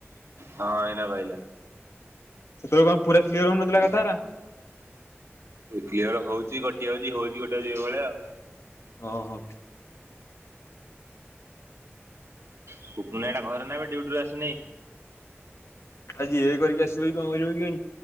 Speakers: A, on the right; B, on the left.
A: ହଁ ଏଇନା ପା।
B: ସେତବେଳୁ କଣ ପୁରା କ୍ଲିୟର ହଉନଥିଲା କଥା ରା?
A: କ୍ଲିୟର ହଉଛି କଟିଆଉଛି ହଉଛି କଟିଆଉଛି ଏଇଭଳିଆ ଆଉ।
B: ଓ ହୋ।
A: ସୂପୁନି ଭାଇ ଟା ଘରେ ନା ବେ ଦିଉଟିରୁ ଆସିନେଇଁ।
B: ଆଜି ଏ କରିକି ଆସିବ କି କଣ କରିବ କେଜାଣି?